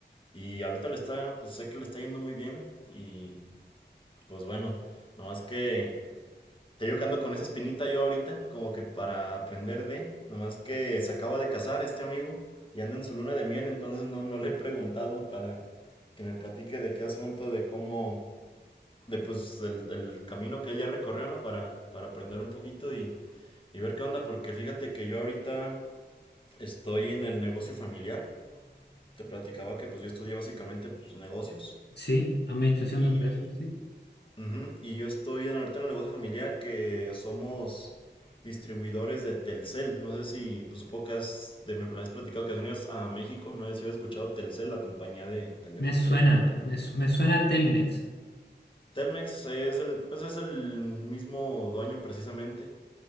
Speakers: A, on the left; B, on the left.
A: Y ahorita le está, pues sé que le está yendo muy bien y pues bueno, no más que te digo que ando con esa espinita yo ahorita, como que para aprender de. Nomás que se acaba de casar este amigo y anda en su luna de miel, entonces no, no le he preguntado para que me platique de qué asunto, de cómo. De pues el, el camino que él ya recorrió, ¿no? Para, para aprender un poquito y, y ver qué onda, porque fíjate que yo ahorita estoy en el negocio familiar. Te platicaba que pues yo estudié básicamente pues negocios
B: sí, administración
A: y
B: de empresas, sí.
A: Ujú, Y yo estoy en- ahorita en el negocio familiar que somos distribuidores de Telcel. No sé si, pues supongo que has, de, me lo has platicado que has venido a México. No sé si has escuchado Telcel, la compañía de tele-
B: Me suena,
A: telefónica.
B: me, su- me suena Telmex,
A: Telmex es el, pues es el mismo dueño precisamente.